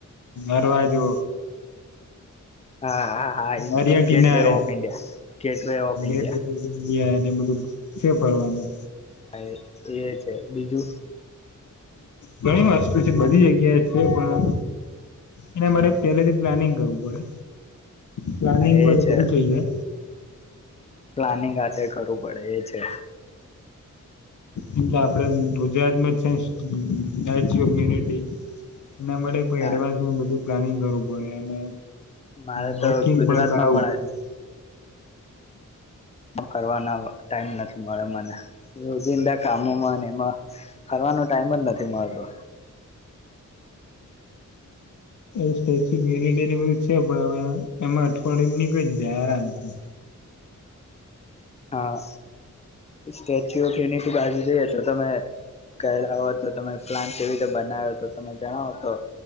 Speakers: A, on the left; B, on the left.
A: અરવાજુ
B: હા હા હા
A: હરિયા
B: ગેટ
A: કિનારે
B: વે of India gateway of India
A: A બધું કે ફરવાનું
B: હા એ છે બીજું
A: ઘણી વસ્તુ છે બધી જગ્યાએ છે પણ એના માટે પહેલેથી પ્લાનિંગ કરવું પડે પ્લાનિંગ
B: હા એ
A: વાર
B: છે
A: બધું થઇ જાય
B: પ્લાનિંગ આ કરું પડે છે
A: એમ તો આપડે ગુજરાતમાં જ છે સ્ટેચ્યુ ઓફ યુનિટી એના માટે કોઈ
B: હા
A: એડવાન્સમાં બધું પ્લાનિંગ કરવું પડે અને
B: મારે
A: બુકિંગ
B: તો ગુજરાતમાં
A: પણ કરાવવું
B: પણ
A: પડે
B: ફરવાના ટાઈમ નથી મળ્યો મને કામોમાં એમાં ફરવાનો ટાઈમ જ નથી મળતો
A: એ સ્ટેચ્યુ ઓફ યુનિટીને બધું છે પણ હવે એમાં અઠવાડિય નીકળી જાય આરામથી
B: હા સ ઓ ખેણી થી બાજુ જ તમે ગણલા હો તો તમે પ્લાન કેવી રીતે બનાવ્યો તો તમે જણાવો તો